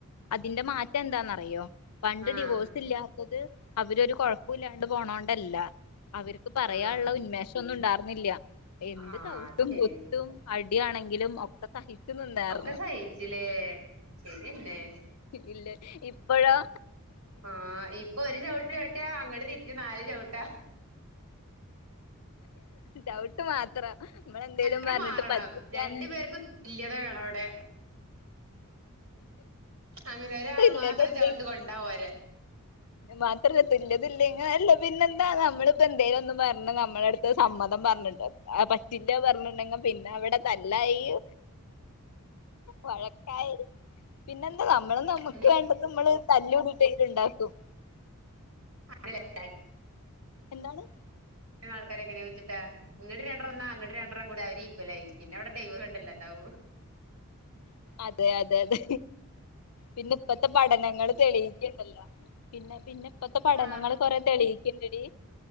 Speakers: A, on the left; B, on the right.
A: അതിന്റെ മാറ്റം എന്താന്നറിയോ പണ്ട്
B: ആഹ്
A: ഡിവോഴ്സ് ഇല്ലാത്തത് അവരൊരു കൊഴപ്പല്ലാണ്ട് പോണോണ്ടല്ല അവർക്ക് പറയാനുള്ള
B: ആഹ്
A: ഉന്മേഷം ഒന്നും ഉണ്ടായിർന്നില്ല എന്ത്
B: ആഹ്
A: ചൗട്ടും
B: അത് ശരിയാ
A: കുത്തും അടി ആണെങ്കിലും ഒക്ക സഹിച്ചു നിന്നാർന്നു
B: ഒക്കെ സഹിച്ചില്ലേ ശരിയന്നെ
A: ഇല്ല ഇപ്പഴോ
B: ആഹ് ഇപ്പൊ ഒരു ചവിട്ട് ചവിട്ടിയാൽ അങ്ങട് തിരിച്ചു നാല് ചവിട്ടാ
A: ചൗട്ട് മാത്ര ഇമ്മള് എന്തേലും
B: അങ്ങനെ
A: പറഞ്ഞിട്ട്
B: മാറണം
A: പറ്റിക്കാന്
B: രണ്ടു പേർക്കും തുല്യത വേണോ അവിടെ അങ്ങനെ ഒരാള്
A: ഇല്ലതല്ലേ
B: മാത്രം ചവിട്ട് കൊണ്ടാപോര
A: മാത്രല്ല തുല്യതില്ല അങ്ങനല്ല പിന്നെ എന്താ നമ്മളിപ്പോ എന്തേലും ഒന്ന് പറഞ്ഞ നമ്മളടുത്ത് സമ്മതം പറഞ്ഞിട്ട് അത് പറ്റൂല ഇല്ല പറഞ്ഞിണ്ടെങ്കി പിന്നെ അവടെ തല്ലായി വഴക്കായി പിന്നെന്താ നമ്മള് നമുക്ക്
B: ഇനി
A: വേണ്ടത് നമ്മള് തല്ലൂടിട്ടേലും ഉണ്ടാക്കും
B: അങ്ങനൊക്കാണ്
A: എന്താണ്
B: ആൾക്കാരെ എങ്ങനെ വെച്ചിട്ടാ ഇങ്ങടെ രണ്ടെണം എന്നാ അങ്ങടെ രണ്ടെണ്ണം കൂടെ അവര് ഈക്കൊലായി പിന്നെ അവിടെ ഡൈവെയ്‌സ് വേണ്ടല്ലോ അതാവു
A: അതെ അതെ അതെ പിന്നെ ഇപ്പത്തെ പഠനങ്ങൾ തെളിയിക്ക പിന്നെ പിന്നെ ഇപ്പത്തെ പഠനങ്ങൾ
B: ആ
A: കൊറെ തെളിയിക്കണ്ടടി